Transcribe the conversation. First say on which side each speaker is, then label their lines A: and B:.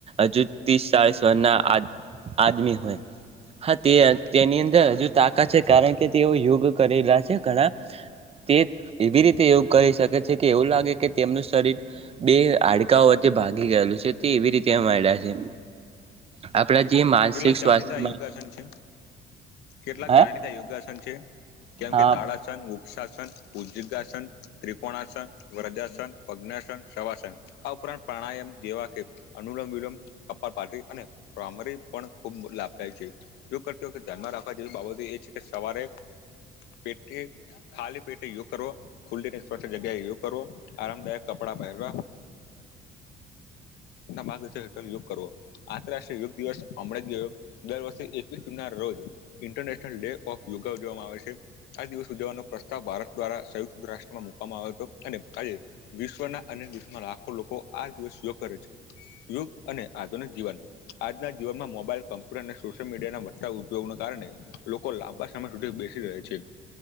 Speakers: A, on the right; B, on the left.
A: હજુ ત્રીસ ચાળસ વરના આ આદમી હોય હા તે તેની અંદર હજુ તાકાત છે કારણ કે તેઓ યોગ કરેલા છે ઘણા તે એવી રીતે યોગ કરી શકે છે કે એવું લાગે કે તેમનું શરીર બે હાડકાઓ વચ્ચે ભાગી ગયેલું છે તે એવી રીતે મળ્યા છે આપણા જે માનસિક
B: કેટલાક જાણીતા
A: સ્વાસ્થ્યમાં
B: યોગાસન છે કેટલાક
A: હા
B: જાણીતા યોગાસન છે કેમ
A: હા
B: કે તાળાસન પાસન ત્રિકોણાસન વ્રજાસન પજ્ઞાસન સવાસન આ ઉપરાંત પ્રાણાયામ જેવા કે અનુલમ વિલમ કપાલ પા અનેરી પણ ખૂબ લાભદાય છે યોગ કરતીખતે ધ્યાનમાં રાખવા જેવી બાબતો એ છે કે સવારે પટે ખાલી પેટે યોગવો ખુલ્લી ને સ્વચ્ જગ્યાએ યોગ કરવો આરામદાયક કપડાં પહેર ્ મા હેઠળ યોગ કરવો આંતરરાષ્ટ્રીય યોગ દિવસ દ વર્ષે એકવીસ જૂન ના રોજ ઇન્ટરનેશનલ ડે ઓફ યોગા ઉજવામાં આવે છે આ દિવસ ઉજવવાનો પ્રસ્તાવ ભારત દ્વારા સંયુક્ત રાષ્ટ્રમાં મુકવામાં આવ્યો હતો અને આજે વિશ્વના અનેક દેશોમાં લાખો લોકો આ દિવસ યોગ કરે છે યોગ અને આધુનિક જીવન આજના જીવનમાં મોબાઈલ કમ્પ્યુટર અને સોશિયલ મીડિયાના વધતા ઉપયોગના કારણે લોકો લાંબા સમય સુધી બેસી રહે છે